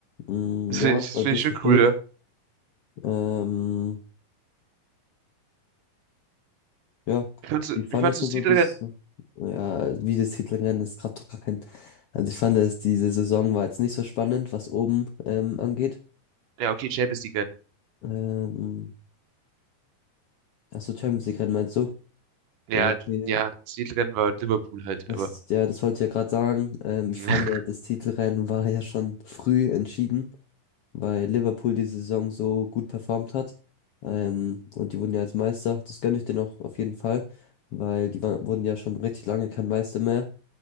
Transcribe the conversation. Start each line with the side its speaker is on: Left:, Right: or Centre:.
Left: Mm,
Right: Das
Left: ja,
Right: finde ich, das
Left: also
Right: finde
Left: das
Right: ich schon
Left: verstehe
Right: cool,
Left: ich.
Right: ja.
Left: Ähm, ja,
Right: Wie fandst du,
Left: wie fandest
Right: wie fandst du
Left: du
Right: das
Left: so
Right: Titelrennen?
Left: dieses, ja, wie das Hitlerrennen, das gab doch gar kein, also ich fand, dass diese Saison war jetzt nicht so spannend, was oben ähm, angeht.
Right: Ja, okay, Champions League Rennen.
Left: Ähm, Achso, Champions League Rennen meinst du?
Right: Ja,
Left: Ja, okay.
Right: d- ja, das Titelrennen war Liverpool halt,
Left: Das,
Right: aber.
Left: ja, das wollte ich ja gerade sagen. Ähm,
Right: <laughs>
Left: ich fand, äh, das Titelrennen war ja schon früh entschieden, weil Liverpool die Saison so gut performt hat. Ähm, und die wurden ja als Meister. Das gönne ich denen auch auf jeden Fall, weil die waren wurden ja schon richtig lange kein Meister mehr.